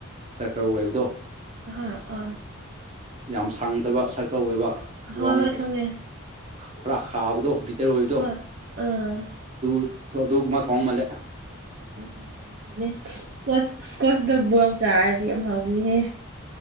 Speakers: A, on the right; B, on the right.
A: ꯁꯥꯔꯀꯜ ꯑꯣꯏꯕꯗꯣ
B: ꯍꯥ ꯑ
A: ꯌꯥꯝ ꯁꯥꯡꯗꯕ ꯁꯔꯀꯜ ꯑꯣꯏꯕ
B: ꯍꯣꯏ
A: ꯔꯣꯡ
B: ꯍꯣꯏ
A: ꯑꯣꯏꯕ
B: ꯈꯪꯉꯦ
A: ꯈꯔ ꯍꯥꯕꯗꯣ ꯕꯤꯇꯔ ꯑꯣꯏꯕꯗꯣ
B: ꯍꯣꯏ ꯑꯥ
A: ꯑꯗꯨ ꯑꯗꯨ ꯀꯨꯝꯃ ꯊꯣꯡꯉ ꯃꯜꯂꯦ
B: ꯑꯣ ꯑꯣ ꯍꯥꯎꯅꯤ ꯏꯁꯀ ꯏꯁꯀꯣꯁꯇ ꯕꯣꯏꯜ ꯆꯥꯔꯗꯤ ꯌꯥꯝ ꯍꯥꯎꯅꯤꯍꯦ